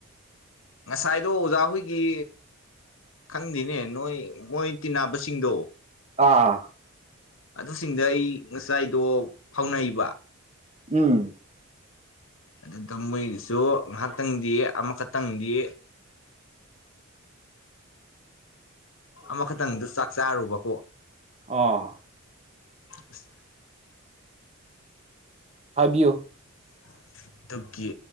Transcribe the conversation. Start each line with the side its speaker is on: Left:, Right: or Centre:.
Left: ꯉꯁꯥꯏꯗꯣ ꯑꯣꯖꯥ ꯍꯣꯏꯒꯤ ꯈꯪꯗꯦꯅꯦ ꯅꯣꯏ ꯃꯣꯏ ꯇꯤꯟꯅꯕꯁꯤꯡꯗꯣ
Right: ꯑꯥ
Left: ꯑꯗꯨꯁꯤꯡꯗ ꯑꯩ ꯉꯁꯥꯏꯗꯣ ꯐꯥꯎꯅꯩꯕ
Right: ꯎꯝ
Left: ꯑꯗꯨꯗ ꯃꯣꯏꯒꯤꯁꯨ ꯉꯥꯏꯍꯥꯛꯇꯪꯗꯤ ꯑꯃꯈꯛꯇꯪꯗꯤ ꯑꯃꯈꯛꯇꯪꯗꯨ ꯆꯥꯛ ꯆꯥꯔꯨꯕꯀꯣ
Right: ꯑꯣ
Left: ꯑꯁ
Right: ꯍꯥꯏꯕꯤꯌꯨ
Left: <inaudible> ꯑꯗꯨꯒꯤ